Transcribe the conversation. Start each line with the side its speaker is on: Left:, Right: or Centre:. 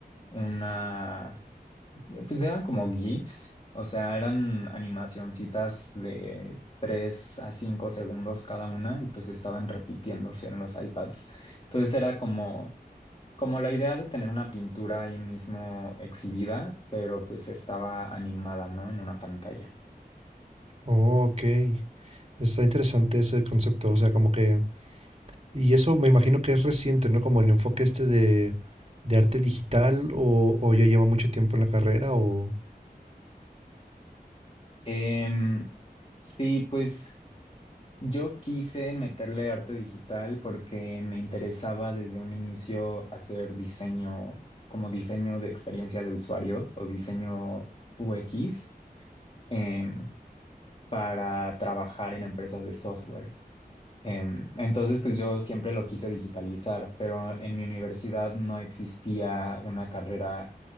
Left: una, eh, pues eran como GIFs, o sea, eran animacioncitas de 3 a 5 segundos cada una y pues estaban repitiéndose en los iPads. Entonces era como... Como la idea de tener una pintura ahí mismo exhibida, pero pues estaba animada, ¿no? En una pantalla.
Right: Oh, ok. Está interesante ese concepto. O sea, como que. Y eso me imagino que es reciente, ¿no? Como el enfoque este de, de arte digital o, o ya lleva mucho tiempo en la carrera o...
Left: Em, sí, pues yo quise meterle arte digital porque me interesaba desde un inicio hacer diseño como diseño de experiencia de usuario o diseño UX em, para trabajar en empresas de software. Em, Entonces, pues yo siempre lo quise digitalizar, pero en mi universidad no existía una carrera